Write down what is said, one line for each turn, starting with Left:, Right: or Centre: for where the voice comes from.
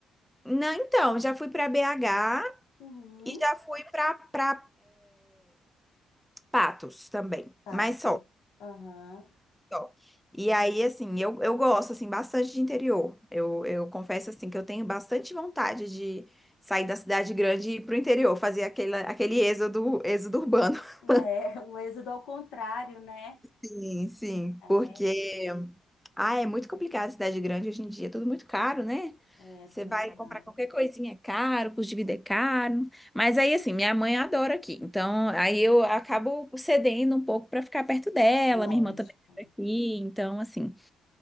Centre: Não, então, já fui para BH
Left: Uhum,
Centre: e já fui para para Patos também,
Left: fato.
Centre: mas só.
Left: Aham.
Centre: só. E aí, assim, eu, eu gosto, assim, bastante de interior. Eu, eu confesso, assim, que eu tenho bastante vontade de sair da cidade grande e ir pro interior, fazer aquele, aquele êxodo, êxodo urbano. <laughs>
Left: É, o êxodo ao contrário, né?
Centre: Sim, sim,
Left: É,
Centre: porque... Ah, é muito complicado a cidade grande hoje em dia, é tudo muito caro, né?
Left: é
Centre: Você
Left: também,
Centre: vai comprar
Left: ah,
Centre: qualquer coisinha é caro, custo de vida é caro. Mas aí, assim, minha mãe adora aqui. Então, aí eu acabo cedendo um pouco para ficar perto dela,
Left: lógico.
Centre: minha irmã também mora aqui. Então, assim,